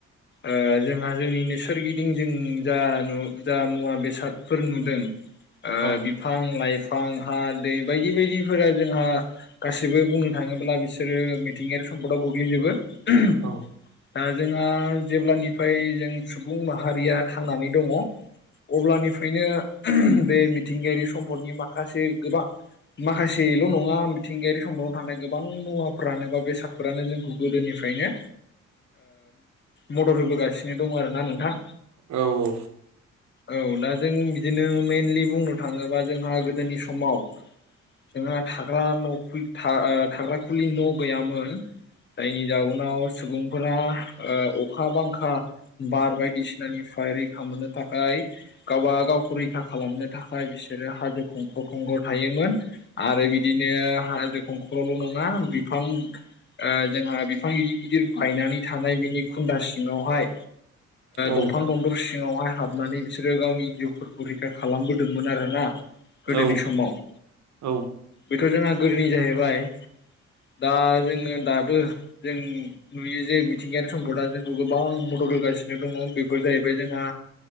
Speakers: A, on the left; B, on the right.
A: आ जोंहा जोंनिनो सोरगिदिं जों जा नु जा मुवा बे बेसादफोर नुदों ओ
B: औ
A: बिफां लाइ फां, हा, दै बायदि बायदिफोरा जोंहा गासिबो बुंनो थाङोब्ला बिसोरो मिथिंगायारि सम्दआव गोग्लैजोबो <inaudible>
B: औ
A: दा जोंहा जेब्लानिफ्राय जों सुबुं माहारिया थांनानै दङ अब्लानिफ्रायनो बे मिथिंगायारि सम्पदनि माखासे गोबां माखासेल' नङा मिथिंगायारि सम्पदाव थानाय गोबां मुवा फोरानो बा बेसादफोरानो जोंखौ गोदोनिफ्रायनो मदद होबोगासिनो दं आरोना नोंथां।
B: औ औ
A: औ दा जों बिदिनो मेनलि बुंनो थाङोबा जोंहा गोदोनि समाव जोंहा थाग्रा न' थाग्रा खुलि न' गैयामोन। जायनिनि जाउनाव सुबुं फोरा ओ अखा अखा-बांखा बार बायदिसिना बांखानिफ्राय रैखा मोननो थाखाय गावबा गावखौ रैखा खालामनो थाखाय बिसोरो हाजो खंखर' खंखर' थायोमोन आरो बिदिनो हाजो खंखर ल' नङा बि फां ओ जोंहा बि बिफां गिदिर-गिदिर बायनानै थानाय बेनि खुन्दा सिङावहाय
B: औ
A: दंफां दंन्दर' सिङावहाय हाबनानै बिसोरो गावनि जिउफोरखौ रैखा खालामबोदोंमोन आरो ना गोदोनि
B: औ
A: समाव
B: औ
A: बेथ' जोंंहा गोदोनि जाहैबाय दा जोङो दाबो जों नुयो जे मिथिंगायारि सम्पदा जोंखौ गोबां मदद होगासिनो दङ बेफोर जाहैबाय जोंहा